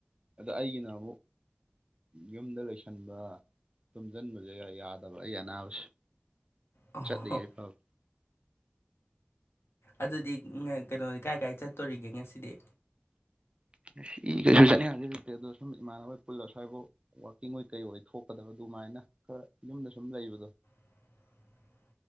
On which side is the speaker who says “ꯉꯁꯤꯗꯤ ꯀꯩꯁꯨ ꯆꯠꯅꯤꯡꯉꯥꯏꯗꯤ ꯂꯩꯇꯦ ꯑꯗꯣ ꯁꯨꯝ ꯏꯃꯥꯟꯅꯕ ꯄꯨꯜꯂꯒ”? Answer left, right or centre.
Right